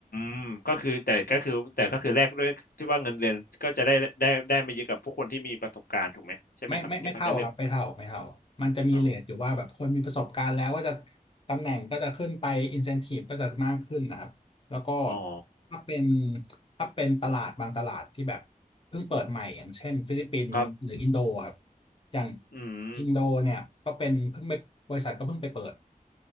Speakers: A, on the left; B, on the left.
A: มก็คือแต่ก็คือแต่ก็คือแลกด้วยที่ว่าเงินเดือนก็จะได้ได้ได้ไม่เยอะกับพวกคนที่มีประสบการณ์ถูกไหมใช่ไหมครับที่เขาจะเลือก
B: ไม่ไม่ไม่เท่าครับไม่เท่าไม่เท่ามันจะมีเรทอยู่ว่าแบบคนมีประสบการณ์แล้วก็จะ
A: อ๋อ
B: ตำแหน่งก็จะขึ้นไปอินเซนทีฟก็จะมากขึ้นนะครับแล้วก็
A: อ๋อ
B: ถ้าเป็นถ้าเป็นตลาดบางตลาดที่แบบเพิ่งเปิดใหม่อย่างเช่นฟิลิปปินส์หรืออินโดครับ
A: ครับ
B: อย่าง
A: อืม
B: อินโดเนี่ยก็เป็นเพิ่งไปบริษัทก็เพิ่งไปเปิด